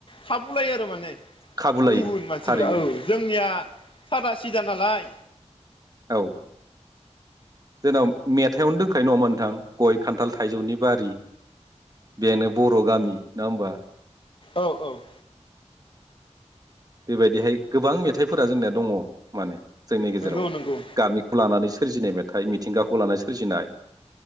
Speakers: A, on the left; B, on the right.
A: खाबुलायो आरो माने।
B: खाबु लायो
A: गुबुन मानसिफोरा
B: थारैनो
A: औ जोंनिया सादा सिदा नालाय
B: औ जोंनाव मेथाइआवनो दंखायो नङामोन नोंथां गय, खान्थाल, थाइजौनि बारि बेनो बर' गामि नङा होमबा
A: औ औ
B: बेबायदिहाय गोबां मेथाइफोरा जोंनाया दङ माने जोंनि गेजेराव
A: नंगौ नंगौ
B: गामिखौ लानानै सोरजिनाय मेथाइ मि थिंगाखौ लानाय सोरजिनाय